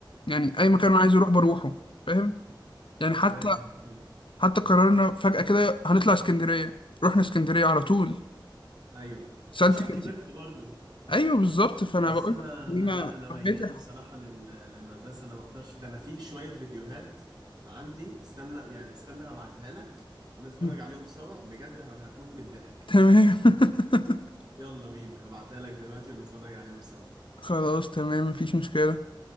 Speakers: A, on the left (about 75°); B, on the right (about 55°).
A: يعني أي مكان
B: ايوه
A: أنا عايز أروح بروحه فاهم يعني حتى
B: فاهم فاهم.
A: حتى قررنا فجأة كده هنطلع اسكندرية رحنا اسكندرية على طول
B: ايوه
A: سانت
B: عشان
A: كانت
B: كبرت برضو
A: ايوه بالظبط فانا
B: بس
A: بقول
B: انا
A: لك ان انا
B: لا انا ميال
A: حبيت الح-
B: بصراحه لل... للمدرسه انا ما اقدرش ده انا في شويه فيديوهات عندي استنى يعني استنى هبعتها لك ونتفرج
A: <laughs>
B: عليهم سوا بجد ه- هتموت من الضحك
A: تمام <laughs>
B: يلا بينا هبعتها لك دلوقتي ونتفرج عليهم سوا
A: خلاص تمام مفيش مشكلة